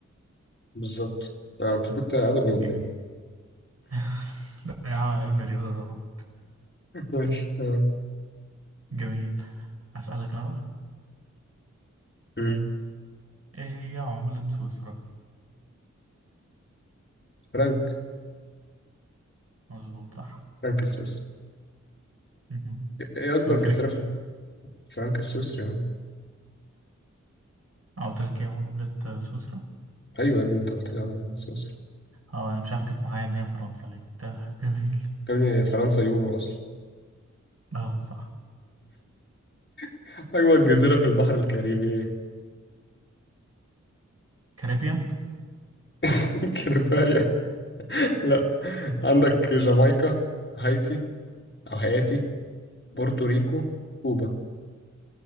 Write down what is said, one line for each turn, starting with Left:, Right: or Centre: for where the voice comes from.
Left: بالظبط آه، انت كنت ادبي ولا
Right: ج...
Left: ايه؟
Right: <laughs> لا يا عم علم الرياضة طبعا
Left: <laughs> ماشي تمام
Right: جميل أسألك أنا بقى
Left: مم.
Right: إيه هي عملة سويسرا؟
Left: فرانك
Right: مظبوط صح
Left: فرانك السويسري
Right: مهم.
Left: ايه
Right: السويسري؟
Left: اكبر جزيرة في فرانك السويسري يعني
Right: قلت لك إيه عملة سويسرا؟
Left: ايوه يا ابني انت قلت لي على فرانك السويسري
Right: أه أنا مش عارف جبت معايا إن هي فرنسا ليه تمام جميل
Left: يا ابني فرنسا يورو اصلا
Right: أه صح
Left: <laughs> اكبر جزيرة في البحر الكاريبي
Right: كاريبيان
Left: <laughs> كفاية لا عندك جامايكا هايتي او هايتي بورتوريكو كوبا